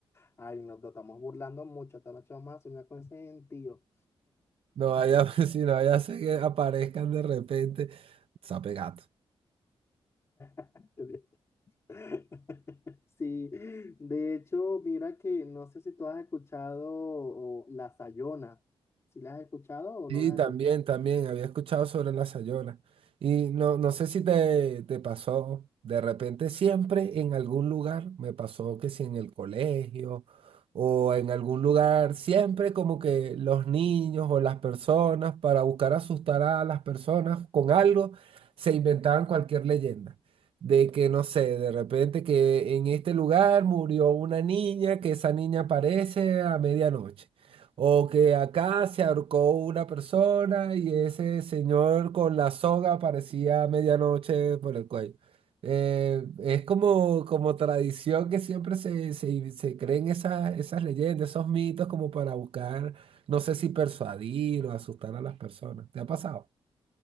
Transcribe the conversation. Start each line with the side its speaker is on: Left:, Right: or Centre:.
Left: Ay, nos estamos burlando mucho, esta noche vamos a soñar con ese gentío.
Right: No vaya, <laughs> si no vaya a ser que aparezcan de repente. Sape gato.
Left: <laughs> <laughs> Sí, de hecho, mira que no sé si tú has escuchado o, La Sayona, si la has escuchado o
Right: Sí,
Left: no la
Right: también,
Left: has escuchado.
Right: también, había escuchado sobre la Sayola. Y no, no sé si te, te pasó, de repente siempre en algún lugar, me pasó que si en el colegio o en algún lugar, siempre como que los niños o las personas, para buscar asustar a las personas con algo, se inventaban cualquier leyenda. De que, no sé, de repente que en este lugar murió una niña, que esa niña aparece a medianoche. O que acá se ahorcó una persona y ese señor con la soga aparecía a medianoche por el cuello. Eh, es como, como tradición que siempre se, se, se creen esas, esas leyendas, esos mitos como para buscar, no sé si persuadir o asustar a las personas. ¿Te ha pasado?